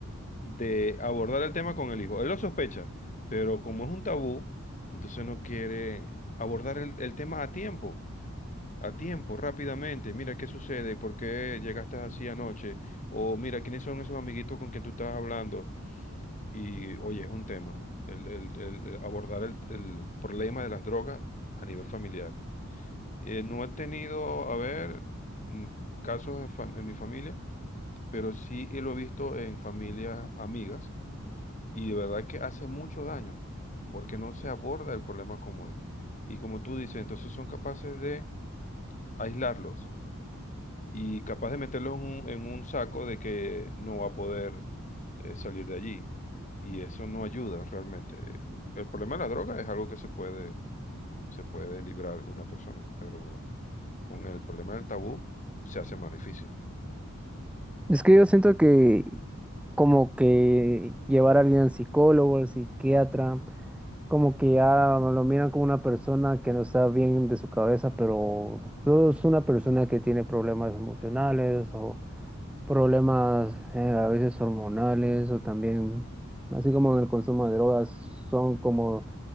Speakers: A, on the left; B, in the centre.
A: de abordar el tema con el hijo. Él lo sospecha, pero como es un tabú, entonces no quiere abordar el, el tema a tiempo, a tiempo, rápidamente. Mira qué sucede, por qué llegaste así anoche, o mira quiénes son esos amiguitos con quien tú estás hablando. Y oye, es un tema, el, el- el- el abordar el el problema de las drogas a nivel familiar. Eh, no he tenido, a ver, mm, casos en, fam- en mi familia, pero sí lo he visto en familias amigas y de verdad que hace mucho daño porque no se aborda el problema como es. Y como tú dices, entonces son capaces de aislarlos y capaz de meterlos en un, en un saco de que no va a poder eh, salir de allí. Y eso no ayuda realmente. El problema de la droga es algo que se puede, se puede librar una persona, pero con el problema del tabú, se hace más difícil.
B: Es que yo siento que como que llevar a alguien al psicólogo, al psiquiatra, como que ya lo miran como una persona que no está bien de su cabeza, pero no es una persona que tiene problemas emocionales o problemas eh, a veces hormonales o también, así como en el consumo de drogas, son como